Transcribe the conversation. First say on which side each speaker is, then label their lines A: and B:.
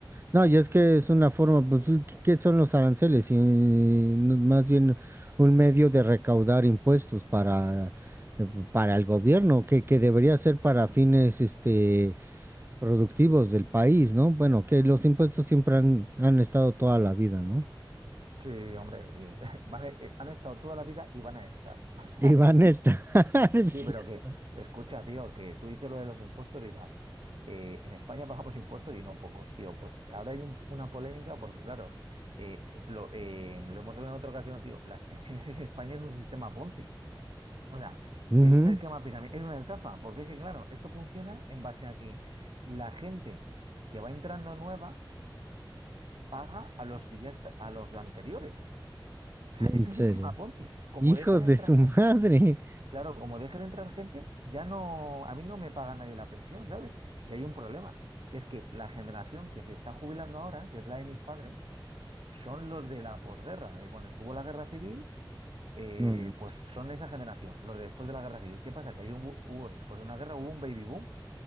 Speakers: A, on the right (about 25°); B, on the right (about 85°).
A: No, y es que es una forma, pues, ¿qué qué son los aranceles? Y, no- más bien un medio de recaudar impuestos para, eh, para el gobierno, que, que debería ser para fines, este productivos del país, ¿no? Bueno, que los impuestos siempre han, han estado toda la vida, ¿no?
B: Sí, hombre, y <laughs> van a- eh, han estado toda la vida y van a estar. <laughs>
A: Y van a estar, <laughs> es
B: Sí,
A: cierto.
B: pero que, escucha, tío, que tú dices lo de los impuestos y tal. Eh, en España pagamos impuestos y no pocos, tío. Pues ahora hay un- una polémica porque, claro, eh, lo, eh, lo hemos hablado en otra ocasión, tío. Las <laughs> pensiones en España es un sistema Ponzi. O sea,
A: Ujú,
B: es un esquema pirámide, es una estafa. Porque es que, claro, esto funciona en base a que la gente que va entrando nueva paga a los que ya está, a los de anteriores. O sea,
A: En
B: <laughs> es un
A: serio.
B: esquema Ponzi. Como
A: Hijos
B: deje de entrar
A: de su
B: gente,
A: madre.
B: Claro, como deje de entrar gente, ya no, a mí no me paga nadie la pensión, ¿sabes? Y hay un problema, que es que la generación que se está jubilando ahora, que es la de mis padres, son los de la posguerra, de cuando estuvo la guerra civil, eh,
A: No, no,
B: pues son esa generación, los de después de la guerra civil. ¿Qué pasa? Que ahí hubo, hubo- después de una guerra, hubo un baby boom.